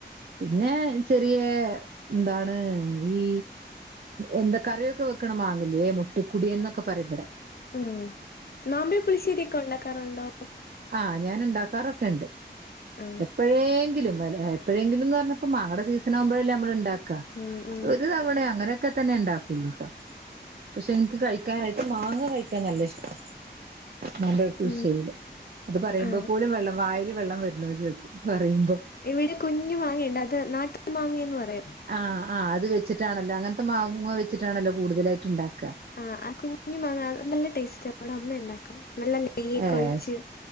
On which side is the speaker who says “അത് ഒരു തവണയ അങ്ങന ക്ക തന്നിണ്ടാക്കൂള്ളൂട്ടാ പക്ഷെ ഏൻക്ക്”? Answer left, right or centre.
Right